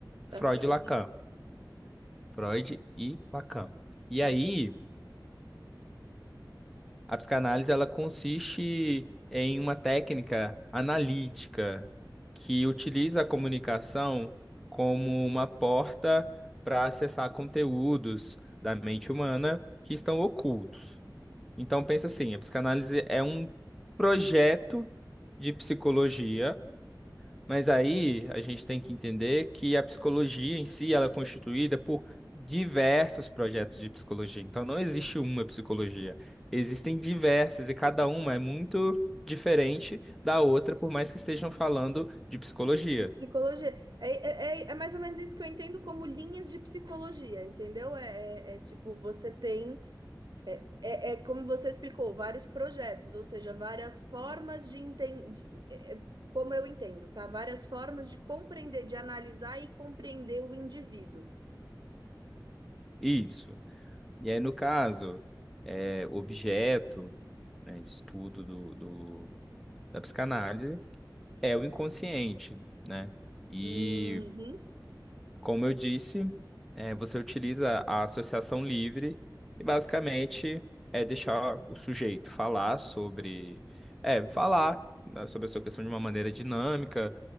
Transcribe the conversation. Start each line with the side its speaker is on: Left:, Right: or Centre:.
Right: Tá?
Centre: Freud
Right: ficando-
Centre: e Lacan, Freud e Lacan. E
Right: É
Centre: aí, a psicanálise ela consiste em uma técnica analítica que utiliza a comunicação como uma porta para acessar conteúdos da mente humana que estão ocultos. Então pensa assim, a psicanálise é um projeto de psicologia, mas aí a gente tem que entender que a psicologia em si ela é constituída por diversos projetos de psicologia. Então não existe uma psicologia. Existem diversas e cada uma é muito diferente da outra, por mais que estejam falando de psicologia.
Right: Psicologia. É, é, é é mais ou menos isso que eu entendo como linhas de psicologia, entendeu? É, é, é tipo, você tem É, é como você explicou, vários projetos, ou seja, várias formas de entender, como eu entendo, tá? Várias formas de compreender, de analisar e compreender o indivíduo.
Centre: Isso. E aí, no caso, é, o objeto, né, de estudo do, do- da psicanálise é o inconsciente, né? E,
Right: Uhum.
Centre: como eu disse, é, você utiliza a associação livre e basicamente é deixar o sujeito falar sobre, é, falar né, sobre a sua questão de uma maneira dinâmica.